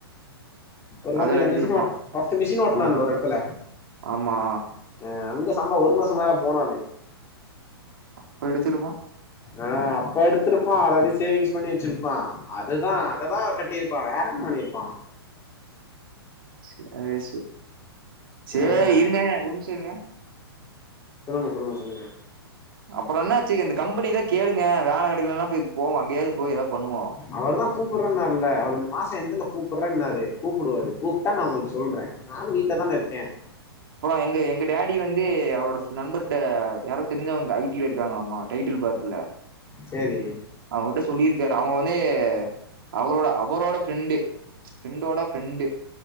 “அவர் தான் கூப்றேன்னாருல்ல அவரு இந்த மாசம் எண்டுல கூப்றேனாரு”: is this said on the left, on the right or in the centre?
Left